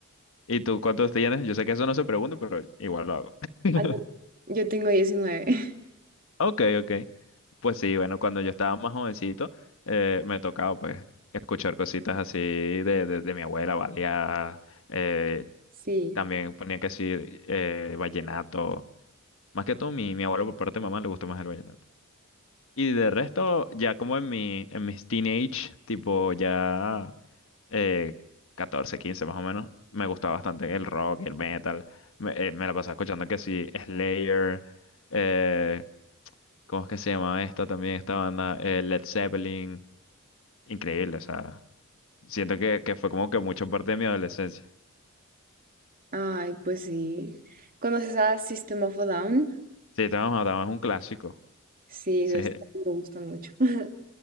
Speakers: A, on the left (about 65°); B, on the right (about 40°).
A: ¿Y tú cuántos tienes? Yo sé que eso no se pregunta, pero igual lo hago. <laughs>
B: Ah, yo yo tengo diecinueve. <laughs>
A: Ok, ok. Pues sí, bueno, cuando yo estaba más jovencito, eh, me tocaba pues escuchar cositas así de, de, de mi abuela, baleada, eh,
B: Sí.
A: también ponía que sí, eh, vallenato. Más que todo, mi, mi abuelo por parte de mamá le gustó más el vallenato. Y de resto, ya como en mi, en mis teenage, tipo ya eh, 14, 15 más o menos, me gustaba bastante el rock y el metal. Me, eh, me la pasaba escuchando que sí, Slayer, eh, ¿cómo es que se llama esta también, esta banda? Eh, Led Zeppelin. Increíble, o sea, siento que, que fue como que mucho parte de mi adolescencia.
B: Ay, pues sí. ¿Conoces a System of a Down?
A: Sí, estábamos, es un clásico.
B: Sí,
A: Sí,
B: esos me gustan mucho. <laughs>